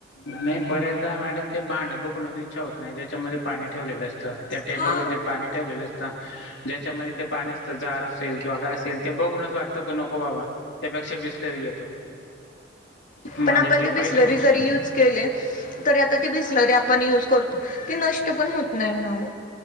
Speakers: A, on the left (about 65°); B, on the left (about 45°).
A: नाही बऱ्याचदा मॅडम ते भांडं बघूनच इच्छा होत नाही, ज्याच्यामध्ये पाणी ठेवलेलं असतं त्या टेबल
B: हा
A: वर जे पाणी ठेवलेलं असत, ज्याच्यामध्ये ते पाणी असतं जार असेल किंवा काय असेल ते बघूनच वाटतं का नको बाबा त्यापेक्षा बिसलरी घेतो. म्हणजे
B: पण आपण ते बिसलरी
A: पहिली गोष्ट
B: जरी यूज केले, तरी आता ती बिसलरी आपण युज करतो ती नष्ट पण होत नाही ना ओ.